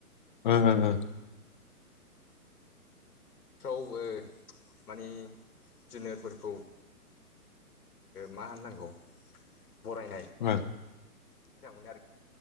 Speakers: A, on the left; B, on the left.
A: <unintelligible> ओहो हो
B: थौ ओ माने जुनारफोरखौ ओ मा होननांगौ। बरायनाय
A: ओं ओं
B: मोजां मोनो आरो